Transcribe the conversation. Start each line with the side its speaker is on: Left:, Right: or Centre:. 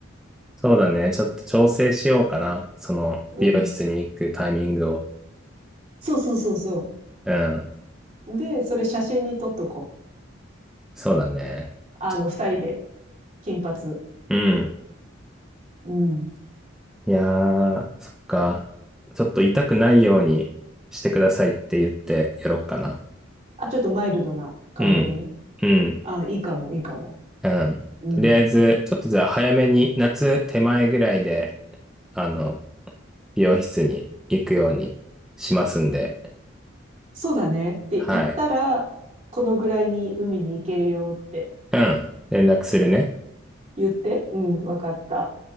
Centre: そうだね。ちょっと調整しようかな。その、
Right: う。
Centre: 美容室に行くタイミングを。
Right: うん。そうそうそうそ
Centre: うん。
Right: う。で、それ写真に撮っとこう。
Centre: そうだね。
Right: あの、
Centre: ちょっと
Right: 二人で、金髪。
Centre: うん。
Right: うん。
Centre: いやー、そっか。ちょっと痛くないようにしてくださいって言ってやろうかな。
Right: あ、ちょっとマイルドな感じでね。
Centre: うん。うん。
Right: あ、いいかも、いいかも。
Centre: うん。
Right: うん。
Centre: とりあえず、ちょっとじゃあ早めに、夏手前ぐらいで、あの、美容室に行くようにしますんで、
Right: そうだね。って言ったら、
Centre: はい。
Right: このぐらいに海に行けるよって
Centre: うん。連絡するね。
Right: 言って、うん、わかった。